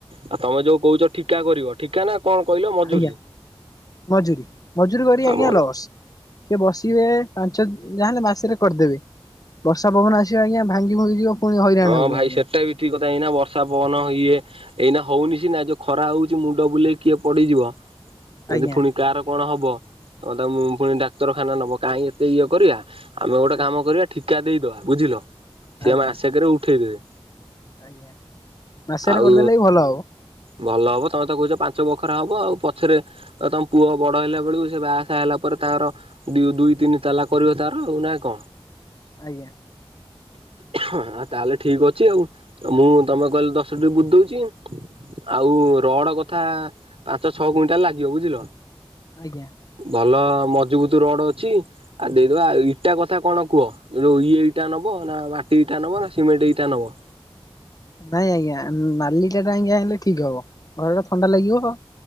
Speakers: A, on the right; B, on the left.
A: ଆଉ ତମେ ଯୋଉ କହୁଛ ଠିକା କରିବ ଠିକା ନା କଣ କହିଲ? ମଜୁରୀ?
B: ଆଜ୍ଞା ମଜୁରୀ ମଜୁୁରୀ କରିବ
A: ଆମ
B: ଆଜ୍ଞା ଲସ୍। ସେ ବସିବେ ପାଞ୍ଚ ଯାହା ହେଲେ ମାସରେ କରିଦେବେ। ବର୍ଷା ପବନ ଆସିବ ଆଜ୍ଞା ଭାଙ୍ଗି ଭଙ୍ଗି ଯିବ ପୁଣି ହଇରାଣ
A: ହଁ
B: ହବୁ
A: ଭାଇ
B: ଆଜ୍ଞା
A: ସେଟା ବି ଠିକ୍ କଥା ଏଇନା ବର୍ଷା ପବନ ଇଏ ଏଇନା ହଉନି ସିନା ଯୋଉ ଖରା ହଉଛି ମୁଣ୍ଡ ବୁଲେଇ କିଏ ପଡିଯିବ। ଯଦି
B: ଆଜ୍ଞା
A: ଫୁଣି କାହାର କଣ ହବ ତମେ ତାକୁ ଫୁଣି ଡାକ୍ତରଖାନା ନବ କାହିଁ ଏତେ ଇଏ କରିବା। ଆମେ ଗୋଟେ
B: ଆଜ୍ଞା
A: କାମ କରିବା ଠିକା ଦେଇଦବା ବୁଝିଲ ସିଏ
B: ଆଜ୍ଞା।
A: ମାସେ କେରେ ଉଠେଇଦେବେ।
B: ଆଜ୍ଞା ମାସେରେ
A: ଆଉ
B: କରିଦେଲେ ବି ଭଲ ହବ।
A: ଭଲ ହବ ତମେ ତ କହୁଛ ପାଞ୍ଚ ବଖରା ହବ ଆଉ ପଛରେ ଆଉ ତମ ପୁଅ ବଡ ହେଲା ବେଳକୁ ସେ ବାହାସାହା ହେଲା ପରେ ତାର ଦୁ ଦୁଇ ତିନି ତାଲା କରିବ ତାର ଆଉ ନା କଣ?
B: ଆଜ୍ଞା।
A: ତାହେଲେ ଠିକ୍ ଅଛି ଆଉ ମୁଁ ତମେ କହିଲେ ଦଶ ଟିପ ବୁଝି ଦଉଛି। ଆଉ ରଡ କଥା ପାଞ୍ଚ ଛଅ କୁଇଣ୍ଟାଲ ଲାଗିବ ବୁଝିଲ।
B: ଆଜ୍ଞା।
A: ଭଲ ମଝୁବୁତ ରଡ ଅଛି। ଆଉ ଦେଇଦବା ଆଉ ଇଟା କଥା କଣ କୁହ ଯୋଉ ଇଏ ଇଟା ନବ ନା ମାଟି ଟି ଇଟା ନବ ନା ସିମେଣ୍ଟ ଇଟା ନବ।
B: ନାଇଁ ଆଜ୍ଞା ନାଲି ଇଟା ଟା ଆଜ୍ଞା ଆଣିଲେ ଠିକ୍ ହବ ଘର ଥଣ୍ଡା ଲାଗିବ।